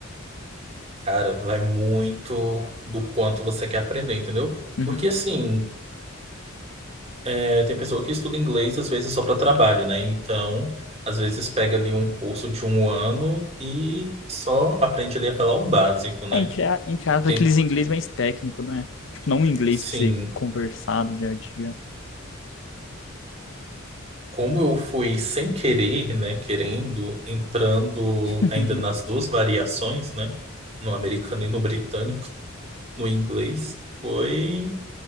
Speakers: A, on the right; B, on the left.
A: Cara, vai muito do quanto você quer aprender, entendeu?
B: Uhum.
A: Porque assim, é, tem pessoa que estuda inglês às vezes só para trabalho, né? Então, às vezes pega ali um curso de um ano e só aprende ali a falar o básico, né?
B: É, entre, a- entre aspas,
A: Tem,
B: aqueles inglês mais técnico, né? Tipo, não um inglês
A: sim.
B: pra você conversar no dia a dia.
A: como eu fui sem querer, né, querendo, entrando
B: <laughs>
A: ainda nas duas variações, né, no americano e no britânico, no inglês, foi